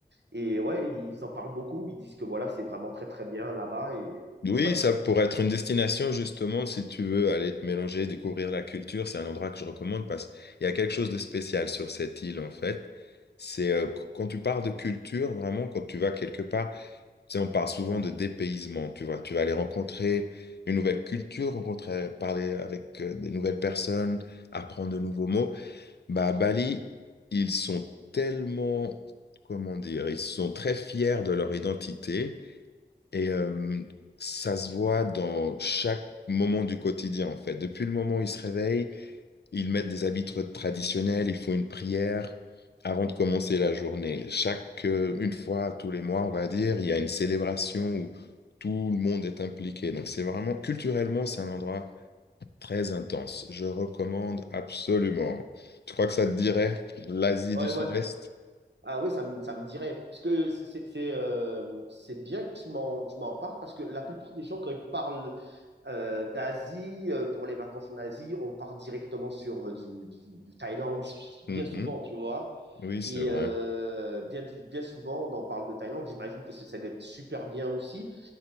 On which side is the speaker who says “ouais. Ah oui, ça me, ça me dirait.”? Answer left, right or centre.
Right